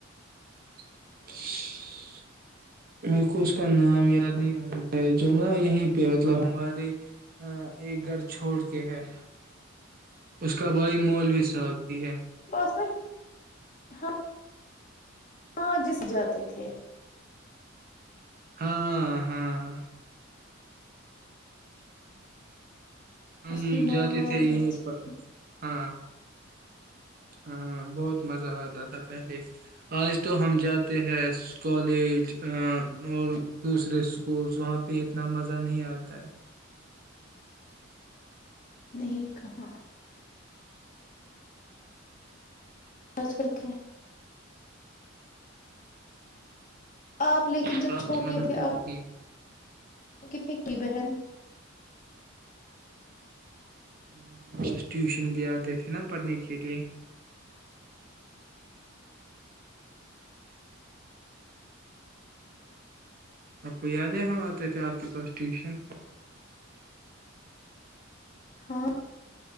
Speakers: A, on the right; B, on the left.
A: <inaudible> میرے کو اس کا نام یاد نہیں آ رہا ہے جو نا یہیں پہ مطلب ہمارے ایک گھر چھوڑ کے ہے اس کا بھائی مولوی صاحب بھی ہے
B: <inaudible> ہاں جس جاتے تھے
A: ہاں ہاں ہم
B: اس کی ماں
A: جاتے
B: وہ
A: تھے
B: بھی
A: یہیں
B: اچھی
A: پر
B: تھی
A: ہاں ہاں بہت مزہ آتا تھا پہلے آج تو ہم جاتے ہیں کالج اور دوسرے اسکولس وہاں پہ اتنا مزہ نہیں آتا ہے
B: نہیں کہاں آج کل کیا آپ لیکن جب
A: خاص
B: چھوٹے
A: مزہ
B: تھے
A: تو
B: آپ
A: نہیں
B: اور کتنی کیٹی بہن
A: ہم آ کے بس ٹیوشن بھی آتے تھے نا پڑھنے کے لیے آپ کو یاد ہے ہم آتے تھے آپ کے پاس ٹیوشن
B: ہاں